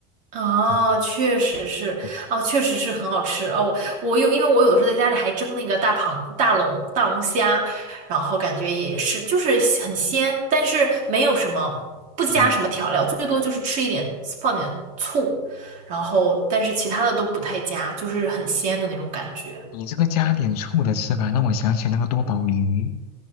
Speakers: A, on the right; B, on the left.
A: 哦，
B: 嗯
A: 确实是，
B: 嗯，
A: 哦，确实是很好吃哦。我有，因为我有时候在家里还蒸那个大螃、大龙、大龙虾，然后感觉也是，就是很鲜，但是没有什么，不加什么调料，
B: 嗯
A: 最多就是吃一点，放点醋，然后但是其他的都不太加，就是很鲜的那种感觉。
B: 你这个加点醋的吃法让我想起那个多宝鱼。